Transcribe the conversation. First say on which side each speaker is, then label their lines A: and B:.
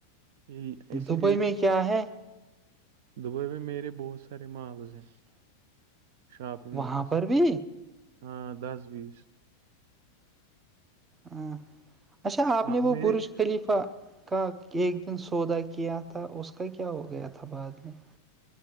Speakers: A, on the right; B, on the right.
A: یہ اسی
B: دبئی
A: لیے
B: میں کیا ہے
A: دبئی میں میرے بہت سارے مالز ہیں شاپنگ
B: وہاں
A: مالس
B: پر بھی
A: ہاں دس بیس
B: ہاں اچھا آپ
A: اب
B: نے وہ
A: میرے
B: پش خلیفہ کا ایک دن سودا کیا تھا اس کا کیا ہو گیا تھا بعد میں <unintelligible>